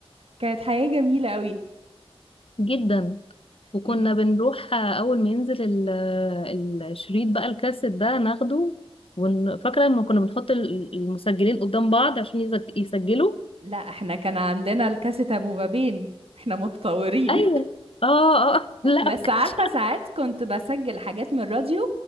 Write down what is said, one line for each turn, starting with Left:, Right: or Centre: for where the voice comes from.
Right: كانت حياة جميلة قوي
Left: جدا وكنا
Right: مم.
Left: بنروح أول ما ينزل ال- الشريط بقى الكاسيت ده ناخده ون- فاكرة لما كنا بنحط ال- المسجلين قدام بعض عشان يسج- يسجلوا
Right: لا احنا كان عندنا الكاسيت ابو بابين احنا متطورين
Left: أيوه اه اه <laughs>
Right: <laughs>
Left: لا
Right: بس
Left: ما كانش-
Right: عارفة
Left: <laughs>
Right: ساعات كنت بسجل حاجات من الراديو